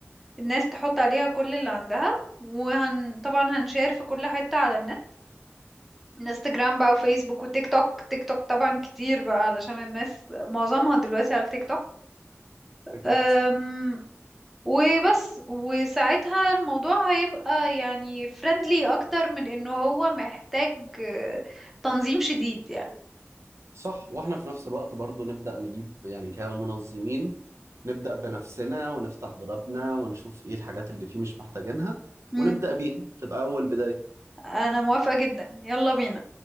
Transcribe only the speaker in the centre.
الناس تحط عليها كل اللي عندها وهن طبعا هنشير في كل حتة على النت انستجرام بقى وفيسبوك وتيك توك تيك توك طبعا كتير بقى علشان الناس معظمها دلوقتي على التيك توك
أم... وبس وساعتها الموضوع هيبقى يعني فريندلي اكتر من انه هو محتاج آه، تنظيم شديد يعني
امم
انا موافقة جدا يلا بينا